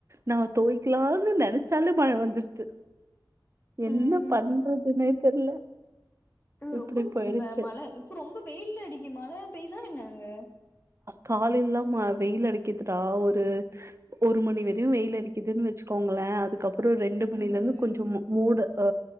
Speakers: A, on the right; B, on the left.
A: நா துவய்க்கலானு நெனைச்சாலே மழை வந்துடுது என்ன
B: ம்
A: பண்றதுன்னே தெர்ல
B: து
A: இப்டி
B: ரொம்ப
A: போயிடுச்சு
B: மழை இப்ப ரொம்ப வெயில் அடிக்கு மழைல பேய் தா என்ன அங்க
A: காலைல்லா ம வெயில் அடிக்குதுடா ஒரு ஒருமணி ணி வரையு வெயில் அடிக்குதுன்னு வச்சுக்கோங்களே அதுக்கப்புறோ ரெண்டு மணில
B: ம்
A: இருந்து கொஞ்சோ மோ மூடு அ